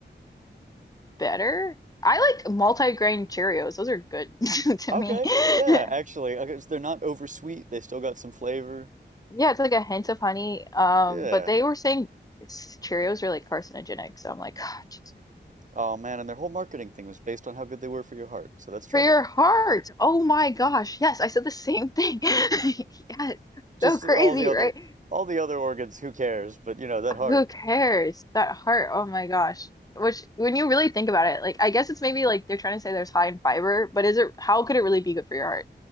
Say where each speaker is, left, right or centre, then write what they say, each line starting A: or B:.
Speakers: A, on the left; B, on the right.
A: better. I like multi-grain Cheerios. Those are good <laughs> to
B: Okay,
A: me.
B: yeah,
A: <laughs>
B: actually, okay, so they're not oversweet. They still got some flavor.
A: Yeah, it's like a hint of honey. Um,
B: Yeah.
A: but they were saying s- Cheerios are like carcinogenic, so I'm like, oh, Jesus.
B: Oh man, and their whole marketing thing was based on how good they were for your heart, so that's troubling.
A: For your heart. Oh my gosh. Yes, I said the same thing. <laughs> Yes.
B: Just
A: So crazy,
B: all the other,
A: right?
B: all the other organs, who cares? But you know, that heart.
A: Who cares? That heart, oh my gosh. Which, when you really think about it, like, I guess it's maybe like they're trying to say there's high in fiber, but is it, how could it really be good for your heart?